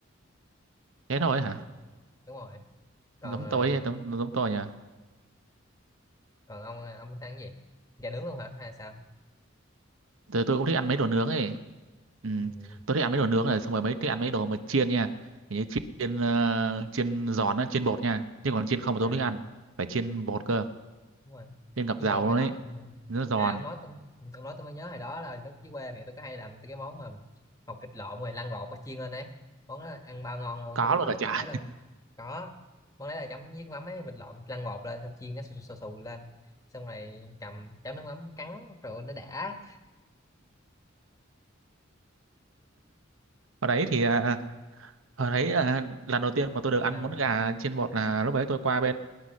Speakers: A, on the right; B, on the left.
A: thế thôi hả?
B: ừ, đúng rồi còn
A: Giống
B: ờ,
A: tôi giống, giống tôi nhỉ.
B: còn ông ông thích ăn cái gì gà nướng luôn hả hay sao
A: tôi, tôi cũng thích ăn mấy đồ nướng ấy ừ.
B: ừ.
A: tôi thích ăn mấy đồ nướng này xong rồi mấy thích ăn mấy đồ mà chiên nha Kiểu như chiên ờ, chiên giòn á chiên bột nha nhưng còn chiên không mà tôi
B: à
A: không thích ăn phải chiên bột cơ
B: đúng rồi
A: chiên ngập
B: chiên
A: dầu
B: bột hồi
A: luôn
B: đó
A: ấy
B: ừ.
A: nó giòn
B: à ông nói tôi ông nói tôi mới nhớ hồi đó là lúc dưới quê mẹ tôi có hay làm cái món mà hột vịt lộn rồi lăn bột có chiên lên ấy món đó ăn bao ngon luôn
A: có
B: tôi đúng
A: luôn
B: thích
A: là chả
B: món đó luôn có món đấy là chấm với mắm ấy vịt lộn lăn bột lên xong chiên nó xù xù, xù lên xong rồi cầm chấm nước mắm cắn rồi nó đã
A: ở đấy thì à, ở đấy à, lần đầu tiên mà tôi được ăn
B: à,
A: món gà chiên bột là lúc đấy tôi qua bên